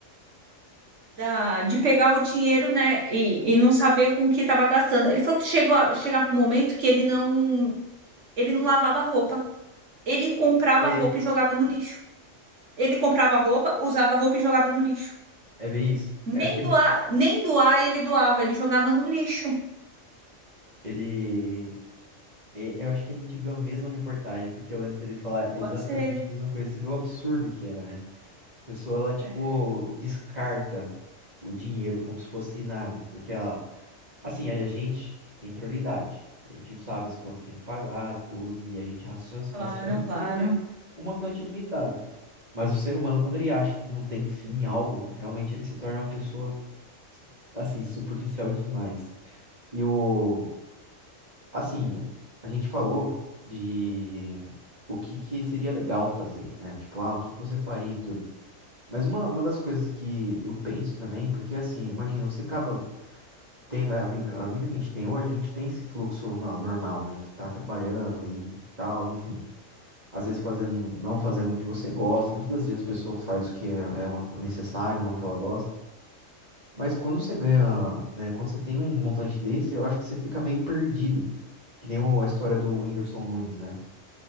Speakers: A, on the right; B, on the right.
A: da- de pegar o dinheiro, né, e, e não saber com o que estava gastando. Ele falou que chegou a, chegava um momento que ele não, ele não lavava roupa. Ele comprava
B: É,
A: roupa e jogava no lixo. Ele comprava roupa, usava roupa e jogava no lixo.
B: é bem isso.
A: Nem
B: Eu acho que
A: doar, nem doar ele doava, ele jogava no lixo.
B: ele. é, Eu acho que a gente viu a mesma reportagem, porque eu lembro dele falar exatamente
A: Pode ser.
B: a mesma coisa. Você vê o absurdo que é, né? A pessoa, ela, tipo,
A: É,
B: descarta o dinheiro como se fosse nada, porque ela Assim, a gente tem prioridade. A gente sabe as contas tem que pagar, tudo, e a gente racio-
A: claro,
B: raciona porque
A: claro.
B: tem um montante limitado. Mas o ser humano, quando ele acha que não tem fim em algo, realmente ele se torna uma pessoa, assim, superficial demais. E o, assim, a gente falou de o que que seria legal fazer, né? Tipo, ah, o que que você faria e tudo. Mas uma, uma das coisas que eu penso também, porque assim, imagina, você acaba tendo a vida, a vida que a gente tem hoje, a gente tem esse fluxo no- normal, né? De estar trabalhando e tal, enfim. Às vezes fazendo, não fazendo o que você gosta. Muitas das vezes a pessoa faz o que é, é o necessário, não o que ela gosta. Mas quando você ganha, né? Quando você tem um montante desse, eu acho que você fica meio perdido. Que nem o- a história do Whindersson Nunes, né?